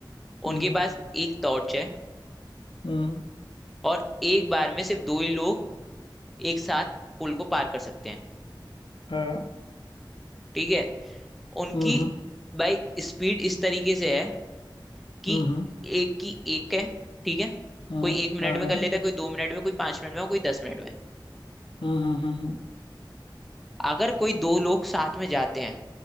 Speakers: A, on the left; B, in the centre.
A: हम्म
B: उनके पास एक टॉर्च है
A: हम्म
B: और एक बार में सिर्फ दो ही लोग एक साथ पुल को पार कर सकते हैं
A: हाँ
B: ठीक है उनकी
A: हम्म हम्म
B: भाई स्पीड इस तरीके से है कि
A: हम्म
B: एक की एक है ठीक है
A: हम्म,
B: कोई एक मिनट
A: हाँ
B: में
A: हाँ
B: कर लेता है कोई दो मिनट में कोई पांच मिनट में और कोई दस मिनट में
A: हम्म हम्म हम्म, हम्म,
B: अगर कोई दो लोग साथ में जाते हैं